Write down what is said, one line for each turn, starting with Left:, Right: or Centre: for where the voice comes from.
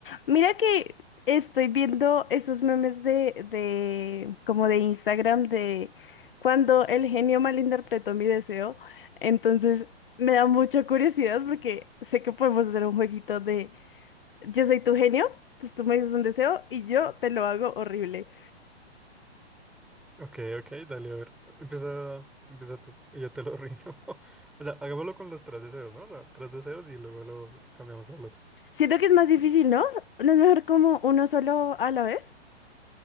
Left: Mira que estoy viendo esos memes de, de, como de Instagram de cuando el genio malinterpretó mi deseo. Entonces me da mucha curiosidad porque sé que podemos hacer un jueguito de yo soy tu genio, entonces tú me dices un deseo y yo te lo hago horrible.
Centre: Ok, ok, dale, a ver. Empieza, empieza tú y yo te lo arruino. <laughs> O sea, hagámoslo con los tres deseos, ¿no? O sea, tres deseos y luego lo cambiamos al otro.
Left: Siento que es más difícil, ¿no? ¿No es mejor como uno solo a la vez?